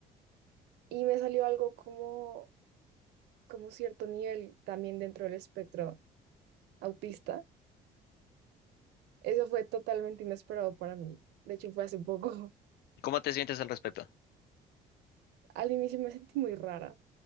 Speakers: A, on the right (about 75°); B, on the left (about 70°).
A: y me salió algo como, como cierto nivel también dentro del espectro autista. Eso fue totalmente inesperado para mí. De hecho, fue hace poco. <laughs>
B: ¿Cómo te sientes al respecto?
A: Al inicio me sentí muy rara.